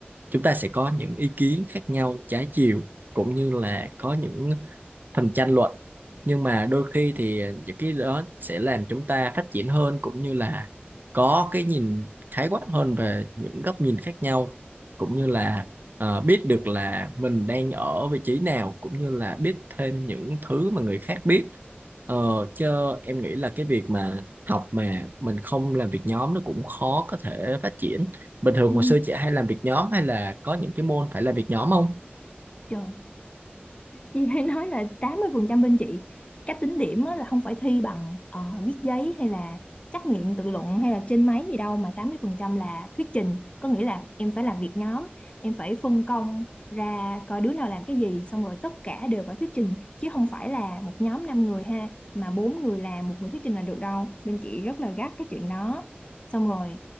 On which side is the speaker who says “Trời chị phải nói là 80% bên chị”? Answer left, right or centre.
Left